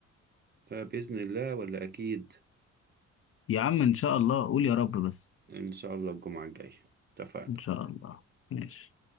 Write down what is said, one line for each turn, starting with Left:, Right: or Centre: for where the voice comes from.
Right: آه، بإذن الله ولا أكيد
Left: يا عم إن شاء الله قول يا رب بس
Right: إن شاء الله الجمعة الجاية اتفقنا
Left: إن شاء الله ماشي